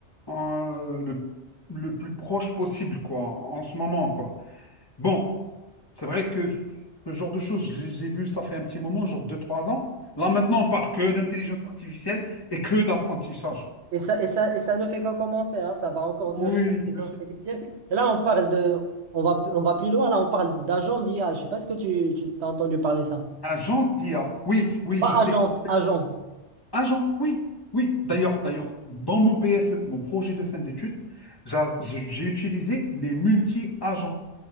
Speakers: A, on the left; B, on the right.
A: euh, le, le plus proche possible, quoi, en ce moment, quoi. Bon, c'est vrai que ce genre de choses, j'ai les ai ça fait un petit moment, genre deux trois ans. Là, maintenant, on parle que d'intelligence artificielle et que d'apprentissage.
B: Et ça, et ça, et ça ne fait qu'en commencer, hein, ça va encore
A: Oui,
B: durer.
A: je
B: l'intelligence
A: sais.
B: artificielle. Et là, on parle de, on va, on va plus loin, là, on parle d'agents d'IA. Je sais pas ce que tu, tu t'as entendu parler ça.
A: Agence d'IA. Oui, oui,
B: Pas
A: je sais.
B: agence, agent.
A: Agent, oui, oui. D'ailleurs, d'ailleurs, dans mon PFE, mon projet de fin d'études, j'a- j'ai j'ai utilisé les multi-agents.